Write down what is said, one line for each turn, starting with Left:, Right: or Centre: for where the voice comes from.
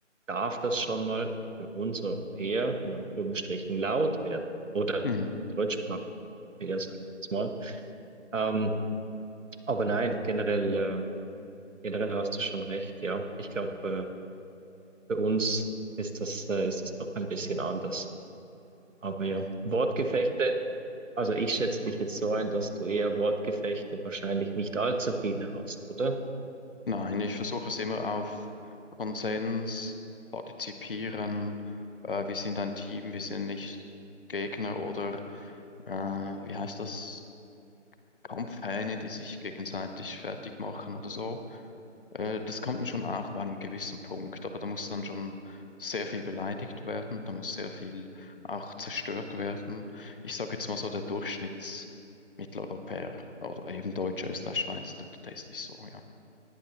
Right: darf das schon mal für uns Europäer in Anführungsstrichen laut werden. Oder
Left: Mhm.
Right: deutschsprachige Europäer, sag ich jetzt mal. Ähm, aber nein, generell, äh, generell hast du schon recht, ja. Ich glaube, äh, bei uns ist das, äh, ist das doch ein bisschen anders. Aber ja,
Left: Mhm.
Right: Wortgefechte, Also ich schätze dich jetzt so ein, dass du eher Wortgefechte wahrscheinlich nicht allzu viele hast, oder?
Left: Nein, ich versuche es immer auf Konsens, partizipieren, äh, wir sind ein Team, wir sind nicht Gegner oder äh, wie heißt das? Kampfhähne, die sich gegenseitig fertig machen oder so. Äh, das kommt dann schon auch bei einem gewissen Punkt, aber da muss dann schon sehr viel beleidigt werden, da muss sehr viel auch zerstört werden. Ich sage jetzt mal so, der Durchschnittsmitteleuropäer oder eben Deutsche, Österreich, Schweiz, der, der ist nicht so, ja.